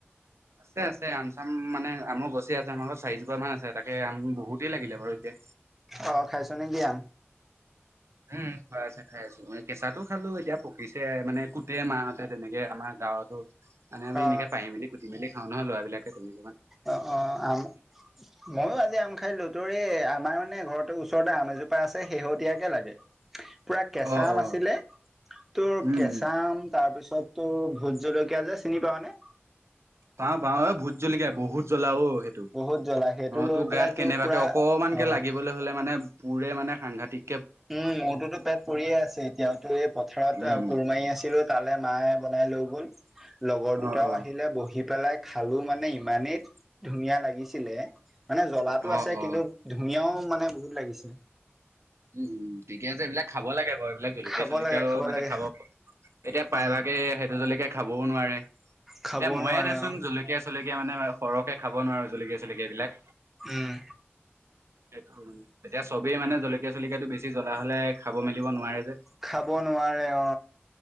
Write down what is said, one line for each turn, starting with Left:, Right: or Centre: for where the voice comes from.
Right: আছে আছে, আম চাম মানে আমৰ গছে আছে, আমাৰ চাৰিজোপা মান আছে, তাকে আম বহুতেই লাগিলে বাৰু এতিয়া।
Centre: অ' খাইছ নে কি আম?
Right: উম খাই আছে, খাই আছো, কেঁচাতো খালো, এতিয়া পকিছে, মানে কুট মাহতে তেনেকে আমাৰ গাৱতো, মানে আমি
Centre: অ অ
Right: এনেকে পাৰ মেলি, গুটি মেল খাও নহয় ল'ৰাবিলাকে তেনে
Centre: অ'-অ' আম, ময়ো আজি আম খাই দিলো, তোৰে এ আমাৰ মানে ঘৰত ওচৰতে আম এজোপা আছে, শেহতীয়াকে লাগে পুৰা কেঁচা
Right: অ
Centre: আম
Right: অ
Centre: আছিলে, তোৰ
Right: উম
Centre: কেঁচা
Right: উম
Centre: আম, তাৰপিছত তটো, ভোজ জলকীয়া যে, চিনি পাাৱ নে?
Right: পা পাওঁ, এ ভোত জলকীয়া বহুত জলাও সেইটো,
Centre: বহুত জ্বলা সেইটো
Right: অ'
Centre: লৈ
Right: তোৰ
Centre: পেলাই
Right: গাত কেনেবাকে
Centre: পুৰা
Right: অকমানকে
Centre: অ
Right: লাগিবলৈ হলে মানে পুৰে মানে সাংঘাটতিক।
Centre: উম মোৰতোতো পেট পৰিয়ে আছে এতিয়াও‌, তোৰ, এই পথাৰত
Right: উম
Centre: কোৰমাৰি আছিলো তালে মায়ে বনাই লৈ গল, লগৰ দুটাও
Right: অ অ।
Centre: আহিলে বহি পেলাই খালো মানে, ইমানেই ধুনীয়া লাগিছিলে মানে জ্বলাো
Right: অ
Centre: আছে
Right: অ
Centre: কিন্তু ধুনীয়াও মানে বহুত লাগিছে।
Right: উম, ঠিকয়া যে এইবিলাক খাব লাগে বাৰু এইবিলাক জলকীয়া
Centre: খাব
Right: চলকীয়াও
Centre: লাগে
Right: মানে
Centre: লাগে
Right: খাব এতিয়া প্ৰায়ভাগে
Centre: উম
Right: সেইটো জ্বলেকে খাবও নোৱাৰে।
Centre: খাব
Right: এতিয়া ময়ে
Centre: নোৱাৰে
Right: নচোন
Centre: অ
Right: জলকীয়া চলকীয়া মানে সৰহ খাব নোৱাৰো জলকীয়া চলকীয়া এইবিলাক
Centre: উম
Right: সেই এতিয়া চবেই মানে জলকীয়া চলকীয়াতটো বেছি জ্বলা হ'লে খাব মেলিব নোৱাৰে যে।
Centre: খাব নোৱাৰে অ,